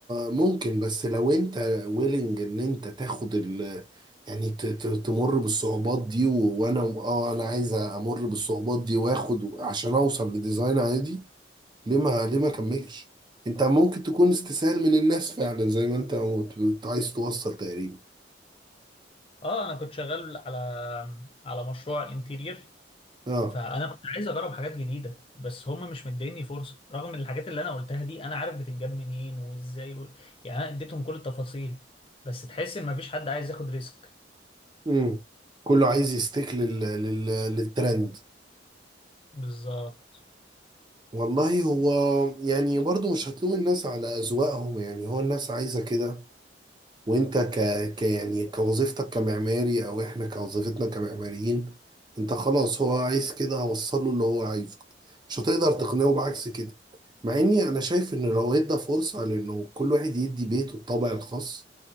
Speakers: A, on the right; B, on the left.
A: ممكن بس لو انت ويلنج ان انت تاخد ال يعني ت- ت- تمر بالصعوبات دي و- وانا اه انا عايز امر بالصعوبات دي واخد عشان اوصل لديزاين عادي ليه ما ليه ما اكملش انت ممكن تكون استسهال من الناس فعلا زي ما انت قلت- كنت عايز توصل تقريبا
B: اه انا كنت شغال على على مشروع انتيرير
A: اه
B: فانا كنت عايز اجرب حاجات جديده بس هم مش مديني فرصه رغم ان الحاجات اللي انا قلتها دي انا عارف بتتجاب منين وازاي و... يعني انا اديتهم كل التفاصيل بس تحس ان مفيش حد عايز ياخد ريسك
A: امم كله عايز يستيك لل... لل... للترند
B: بالظبط
A: والله هو يعني برضو مش هتلوم الناس على اذواقهم يعني هو الناس عايزة كده وانت ك... ك يعني كوظيفتك كمعماري او احنا كوظيفتنا كمعماريين انت خلاص هو عايز كده هوصله اللي هو عايزه مش هتقدر تقنعه بعكس كده مع اني انا شايف ان لو ادى فرصة لانه كل واحد يدي بيته الطابع الخاص